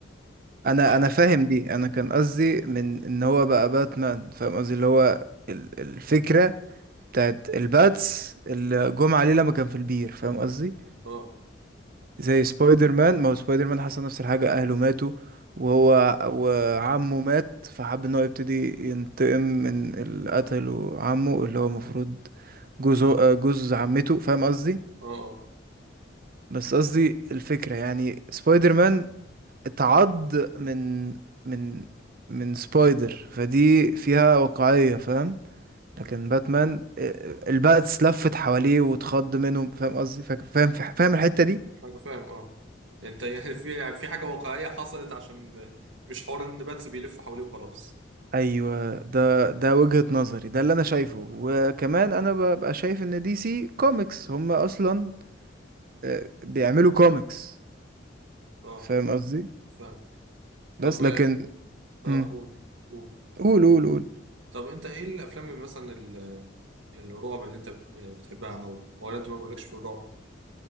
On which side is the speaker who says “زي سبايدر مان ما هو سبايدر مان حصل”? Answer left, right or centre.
Right